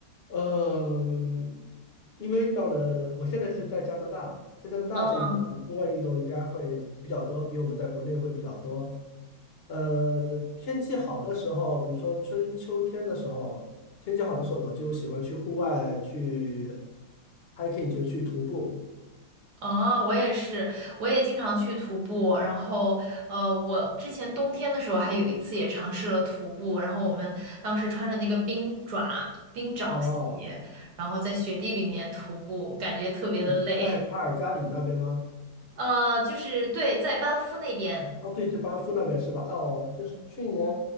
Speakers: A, on the left; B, on the right.
A: 嗯，因为到了我现在是在加拿大，在加拿大这一部分户外运动应该会比较多，
B: 嗯
A: 比我们在国内会比较多。呃，天气好的时候，比如说春秋天的时候，天气好的时候，我就喜欢去户外去 hiking，就去徒步。
B: 哦，我也是，我也经常去徒步。然后，呃，我之前冬天的时候还有一次也尝试了徒步。然后我们当时穿着那个冰爪、冰爪鞋，
A: 哦，
B: 然后在雪地里面徒步，感觉特别的累。
A: 那你是在卡尔加里那边吗？
B: 呃，就是对，在班夫那边。
A: 哦，对，就班夫那边是吧？啊哦，就是去年